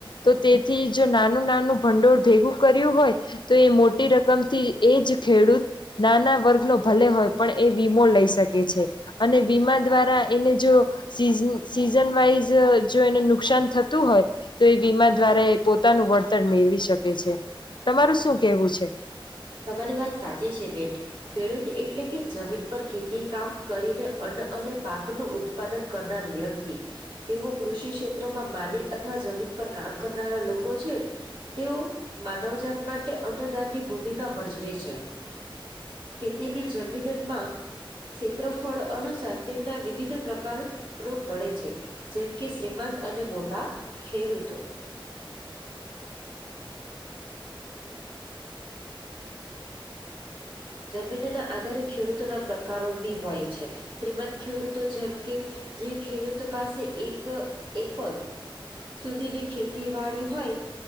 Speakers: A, on the left (about 55°); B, on the right (about 65°).
A: તો તેથી જો નાનું-નાનું ભંડોળ ભેગું કર્યું હોય તો એ મોટી રકમથી એજ ખેડૂત નાના વર્ગનો ભલે હોય પણ એ વીમો લઈ શકે છે. અને વીમા દ્વારા એને જો સીઝ સીઝન વાઈઝ જો એને નુકસાન થતું હોય તો એ વીમા દ્વારા પોતાનું વળતર મેળવી શકે છે. તમારું શું કેવું છે?
B: તમારી વાત સાચી છે બેન. ખેડૂત એટલે કે જમીન પર ખેતી કામ કરીને અન્ન અને પાકનું ઉત ત્પાદન કરનાર વ્યક્તિ. તેઓ કૃષિ ક્ષેત્રમાં માલિક અથવા જમીન પર કામ કરનારા લોકો છે, તેઓ માનવજાત માટે અન્નદાનની ભૂમિકા ભજવે છે, ખેતીની જમીનમાં ક્ષેત્રફળ અનુસાર તેમના વિવિધ પ્રકાર રો પડે છે. જેમ કે, શ્રીમંત અને મોટા ખેડૂતો. <inaudible> <inaudible> જમીનના આધારે ખેડૂતોના પ્રકારો ભી હોય છે. શ્રીમંત ખેડૂતો જેમ કે જે ખેડૂતો પાસે એક એકર સુધીની ખેતીવાડી હોય,